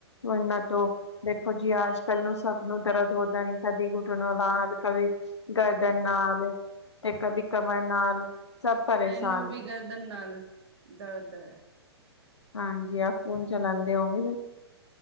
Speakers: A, on the left; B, on the right.
A: ਵਰਨਾ ਤੋਂ ਦੇਖੋ ਜੀ ਅੱਜ, ਕੱਲ ਨੂੰ ਸਭ ਨੂੰ ਦਰਦ ਹੋਦਾ ਨੀ ਕਦੀ ਘੁਟਨ ਲਾਲ ਕਵੀ ਗਰਦਨ ਨਾਲ ਤੇ ਕਦੀ ਕਮਰ ਨਾਲ ਸਭ ਪਰੇਸ਼ਾਨ
B: ਮੈਨੂੰ ਵੀ ਗਰਦਨ ਨਾਲ ਦਰਦ ਹੈ
A: ਹਾਂਜੀ ਆ ਫੋਨ ਚਲਾਉਦੇ ਹੋਗੇ